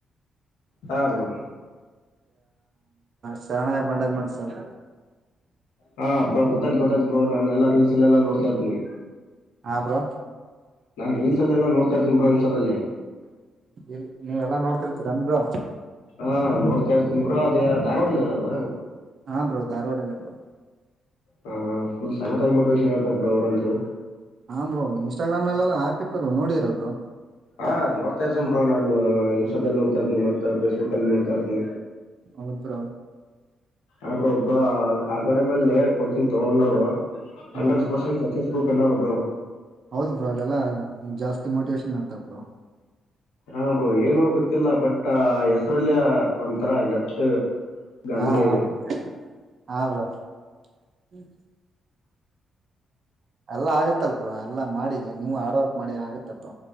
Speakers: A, on the left; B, on the right.
A: ಹಾ ಬ್ರೋ
B: ಶಣ ಬಂಡಾಗ ಮಾಡಸಲ್
A: ಹಾ ಬ್ರೋ್ ಗೊಾಯ್ತ ಗೊತ್ತಾಯ್ು ಬ್ರೋ್ ನಾನು ಎಲ್ಲಾ ರೀಲ್ಸ್ ಎಲ್ಲ ಎಲ್ಲಾ ನೋಡ್ತಾ ಇರ್ತೀನಿ
B: ಹಾ ಬ್ರೋ
A: ನಾನ್ ರೀಲ್ಸ್ ಅಲ್ಲೆಲ್ಲಾ ನೋಡ್ತಾ ಇರ್ತೀನಿ ಬ್ರ ಇನ್ಸ್ಟಾದಲ್ಲಿ
B: ಎಲ್ಲಿ ನೀವೆಲ್ಲಾ ನೋಡ್ತಿರ್ತೀರ ನನ್ರು
A: ಹಾ ನೋಡ್ತಾ ಇರ್ತನ್ ಬ್ರ ಅದ ಧಾರವಾಡಲ್ಲ ಇರದ
B: ಹಾ ಬ್ರೋ ಧಾರವಾಡ ಅಲ್ಲ ಬ್ರೋ
A: ಹ ಫುಲ್ ಸಗತಾಗಿ ಮೋಟಿವೇಶನ್ ಇರ್ತ ಬರು ಅವ್ರಂತರು
B: ಹ ಬ್ರೋ ಇನ್ಸ್ಟಾಗ್ರಾಮ್ ನಲ್ಲೆಲ್ಲ ಹಾಕಿರ್ಲ್ ನೋಡಡಿರಲ್ರು
A: ಹಾ ನೋಡ್ತಾ ಇರ್ತೀ ಬ್ರೋ ನಾನು ಇನ್ಸ್ಟಾದಲ್ಲಿ ನೋಡ್ತಾ ಇರ್ತನಿ ಮತ್ತ ಫೇಸ್ಬುಕ್ ಅಲ್ಲಿ ನೋಡ್ತಾರ್ತನಿ
B: ಹೌಧು ಬ್ರೋ
A: ಆಬ್ರ ಒಬ್ಬ ಅಕಾಡೆಮಿಯ ಅಲ್ಲಿ ಕೋಚಿಂಗ್ ತಗೊಂಡವರು
B: ಹಾ
A: ಅಂಡ್ರೆಡ್
B: ಬ್ರೋ
A: ಪರ್ಸೆಟ್ ಸಕ್ಸಸ್ಫುಲ್ ಕನ್ನರೊಬ್ಬ್ರೋ
B: ಹೌದು ಬ್ರೋ ಅಲೆಲ್ಲ ಜಾಸ್ತಿ ಮೋಟಿವೇಶನ್ ಆತ ಬ್ರೋ
A: ಹಾ ಬ್ರೋ ಏನೋ ಗೊತ್ತಿಲ್ಲ ಬಟ್ ಹೆಸ್ರಲ್ಲ ಒ ಅತ್ರ ಗತ್ ಗಾಂಭೀರ್ಯ
B: ಹಾ ಹಾ
A: ಇದೆ
B: ಬ್ರೊ ಹಾಂ ಬ್ರೊ. ಹ್ಮ್ ಎಲ್ಲ ಆಗ್ತ್ ತ್ತಲ್ ಬ್ರೊ ಎಲ್ಲ ಮಾಡಿ ನೀವು ಹಾರ್ಡ್ ವರ್ಕ್ ಮಾಡಿ ಆಗುತ್ತೆ ಬ್ರೋ.